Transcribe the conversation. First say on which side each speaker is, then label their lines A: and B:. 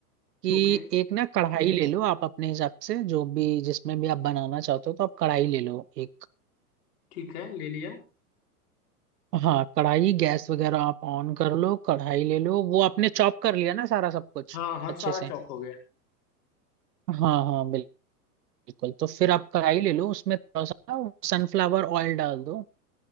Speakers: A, on the right; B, on the left.
A: कि
B: ओके
A: एक ना कढ़ाई ले लो आप अपने हिसाब से जो भी जिसमें भी आप बनाना चाहते हो तो आप कढ़ाई ले लो एक
B: ठीक है ले लिया
A: हाँ कढ़ाई गैस वगैरह आप ऑन कर लो कढ़ाई ले लो वो आपने चॉप कर लिया ना सारा सब कुछ
B: हाँ हाँ
A: अच्छे
B: सारा
A: से
B: चॉप हो गया
A: हाँ हाँ बिल्कुल बिल्कुल तो फिर आप कढ़ाई ले लो उसमें थोड़ा सा सनफ्लावर ऑयल डाल दो